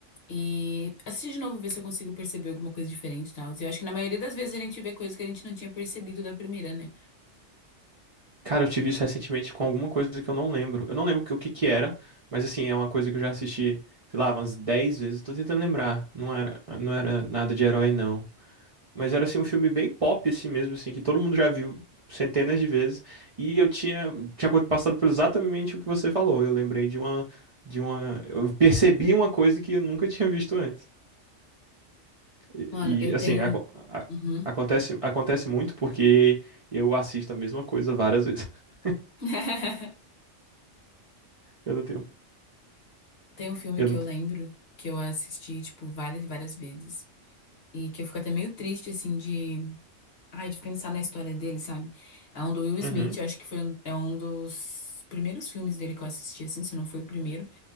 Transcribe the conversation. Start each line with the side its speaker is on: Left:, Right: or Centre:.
Left: e assistir de novo, ver se eu consigo perceber alguma coisa diferente e tal. Eu acho que na maioria das vezes a gente vê coisas que a gente não tinha percebido da primeira, né?
Right: Cara, eu tive isso recentemente com alguma coisa que eu não lembro. Eu não lembro que- o que que era, mas assim, é uma coisa que eu já assisti, sei lá, umas 10 vezes. Tô tentando lembrar. Não era, não era nada de herói, não. Mas era assim, um filme bem pop, assim mesmo, assim, que todo mundo já viu centenas de vezes. E eu tinha, tinha passado por exatamente o que você falou. Eu lembrei de uma, de uma, eu percebi uma coisa que eu nunca tinha visto antes. E,
Left: Mano, eu
Right: e, assim,
Left: tenho.
Right: aco-
Left: um,
Right: a-
Left: Uhum.
Right: acontece, acontece muito porque eu assisto a mesma coisa várias vezes. <laughs>
Left: <laughs>
Right: Eu não tenho.
Left: Tem um filme
Right: Eu
Left: que
Right: não
Left: eu
Right: tenho.
Left: lembro que eu assisti, tipo, várias e várias vezes. E que eu fico até meio triste, assim, de. Ai, de pensar na história dele, sabe? É um do Will Smith,
Right: Uhum.
Left: eu acho que foi um, é um dos primeiros filmes dele que eu assisti, assim, se não foi o primeiro.